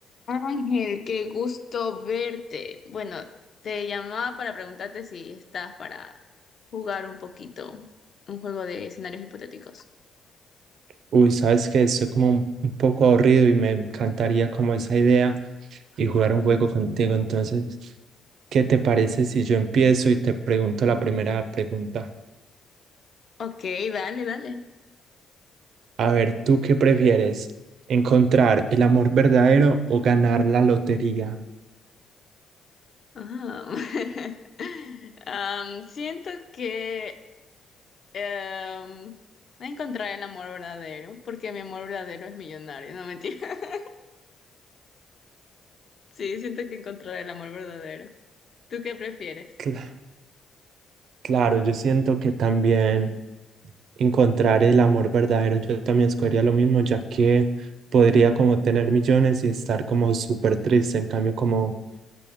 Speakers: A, on the left (about 50°); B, on the right (about 70°).
A: Ángel, qué gusto verte. Bueno, te llamaba para preguntarte si estás para jugar un poquito un juego de escenarios hipotéticos.
B: Uy, sabes que estoy como un, un poco aburrido y me encantaría como esa idea y jugar un juego contigo. Entonces, ¿qué te parece si yo empiezo y te pregunto la primera pregunta?
A: Ok, dale, dale.
B: A ver, ¿tú qué prefieres? ¿Encontrar el amor verdadero o ganar la lotería?
A: Ajá. <laughs> Am, siento que em, voy a encontrar el amor verdadero, porque mi amor verdadero es millonario, no mentira. <laughs> Sí, siento que encontraré el amor verdadero. ¿Tú qué prefieres?
B: Cla- claro, yo siento que también encontrar el amor verdadero, yo también escogería lo mismo, ya que podría como tener millones y estar como súper triste. En cambio, como